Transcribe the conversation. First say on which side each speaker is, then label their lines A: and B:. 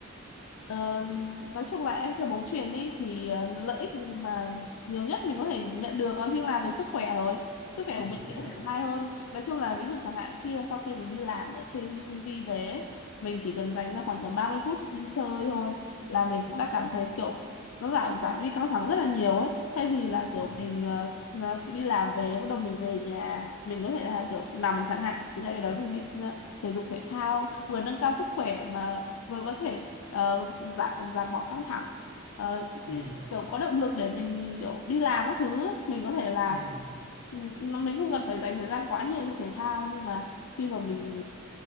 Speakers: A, on the left (about 85°); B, on the left (about 60°).
A: Ờ, nói chung là em chơi bóng chuyền đi thì ờ, lợi ích mà nhiều nhất mình có thể nhận được đó chính là về sức khỏe rồi sức khỏe
B: Ừ
A: của mình
B: đúng
A: sẽ
B: rồi.
A: thoải mái hơn nói chung là ví dụ chẳng hạn khi sau khi mình đi làm ở trên công ty về ấy, mình chỉ cần dành ra khoảng tầm 30 phút chơi thôi là mình cũng đã cảm thấy kiểu nó giảm giảm đi căng thẳng rất là nhiều ấy thay vì là
B: Ừ.
A: kiểu mình ờ, s- ờ, khi đi làm về bắt đầu mình về nhà mình có thể là kiểu nằm chẳng hạn thì thay vì đó mình đi ờ, thể dục thể thao vừa nâng cao sức khỏe mà vừa có thể ờ, giảm giảm bỏ căng thẳng ờ,
B: Ừ.
A: kiểu có động lực để mình kiểu đi làm các thứ ấy. mình có thể là
B: Ừ.
A: ừ, nó- mình không cần phải dành thời gian quá nhiều cho thể thao nhưng mà khi mà mình